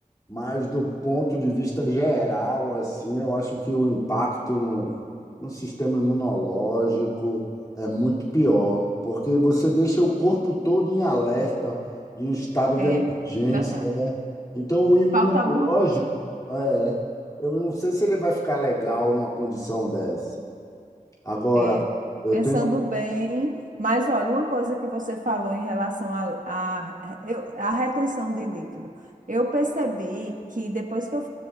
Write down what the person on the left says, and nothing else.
mas do ponto de vista geral, assim, eu acho que o impacto no, no sistema imunológico é muito pior, porque você deixa o corpo todo em alerta, em estado
de emergência,
né? Então, o imunológico,
é, eu não sei se ele vai ficar legal numa condição dessa. Agora,
eu
tenho,